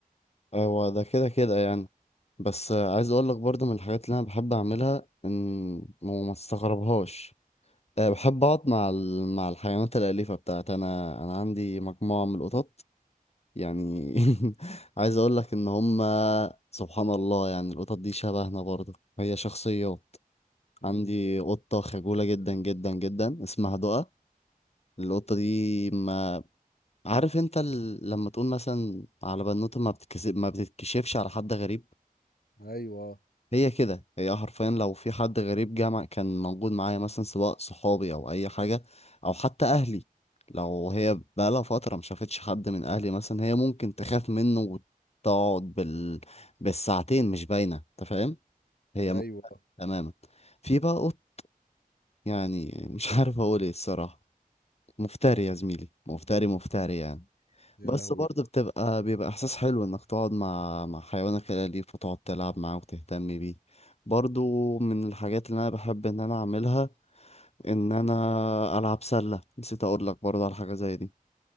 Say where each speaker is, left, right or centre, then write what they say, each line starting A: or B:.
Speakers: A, on the left; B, on the left.
A: أيوة. هو ده كده كده يعني بس آه، عايز اقول لك برضه من الحاجات اللي انا بحب اعملها ان وما استغربهاش أه، بحب أقعد مع ال... مع الحيوانات الأليفة بتاعتي أنا أنا عندي مجموعة من القطط يعني <laughs> عايز أقول لك إن هما سبحان الله يعني القطط دي شبهنا برضه هي شخصيات
B: مم.
A: عندي قطة خجولة جدا جدا جدا اسمها دقة القطة دي ما عارف أنت ال... لما تقول مثلا على بنوتة ما بتتكسب ما بتتكشفش على حد غريب
B: ايوه
A: هي كده هي حرفيا لو في حد غريب جه مع- كان موجود معايا مثلا سواء صحابي او اي حاجه او حتى اهلي لو هي بقالها فتره ما شافتش حد من اهلي مثلا هي ممكن تخاف منه وتقعد بال... بالساعتين مش باينه انت فاهم هي
B: ايوه
A: م... تماما في بقى قط يعني مش عارف اقول ايه الصراحه مفتري يا زميلي مفتري مفتري يعني
B: يا
A: بس
B: لهوي
A: برضه بتبقى بيبقى احساس حلو انك تقعد مع مع حيوانك الاليف وتقعد تلعب معاه وتهتم بيه برضه من الحاجات اللي انا بحب ان انا اعملها ان انا العب سله نسيت اقول لك برضه على حاجه زي دي